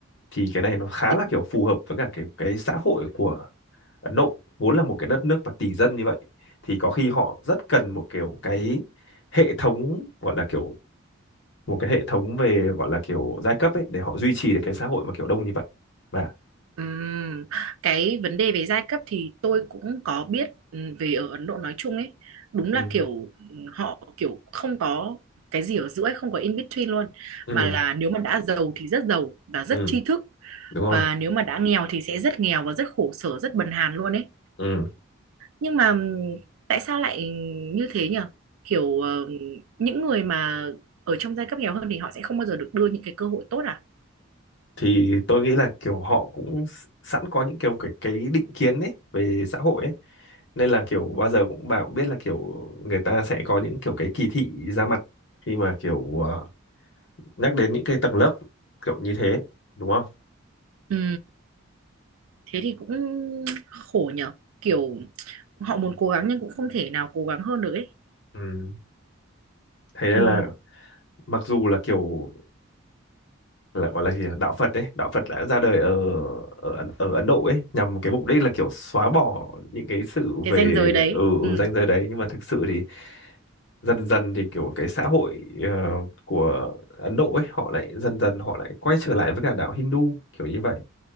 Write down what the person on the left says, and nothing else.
thì cái này nó khá
là kiểu phù hợp với cả cái cái xã hội của Ấn Độ vốn là một cái đất nước và tỷ dân như vậy thì có khi họ rất cần một kiểu cái hệ thống gọi là kiểu một cái hệ thống về gọi là kiểu giai cấp ấy để họ duy trì được cái xã hội mà kiểu đông như vậy và
ừ
ừ
ừ
đúng rồi
ừ
thì tôi nghĩ là kiểu họ cũng s- sẵn có những kiểu cái cái định kiến ấy về xã hội ấy nên là kiểu bao giờ cũng bà cũng biết là kiểu người ta sẽ có những kiểu cái kỳ thị ra mặt khi mà kiểu ờ, nhắc đến những cái tầng lớp kiểu như thế đúng không
Ừ. Thế nên
là mặc dù là kiểu là gọi là gì nhỉ? đạo Phật ấy, đạo Phật đã ra đời ở ở Ấn- ở Ấn Độ ấy nhằm cái mục đích là kiểu xóa bỏ những cái sự
về
ở,
ở ranh giới đấy nhưng mà thực sự thì dần dần thì kiểu cái xã hội ờ, của Ấn Độ ấy họ lại dần dần họ lại quay trở lại với cả đạo Hindu kiểu như vậy.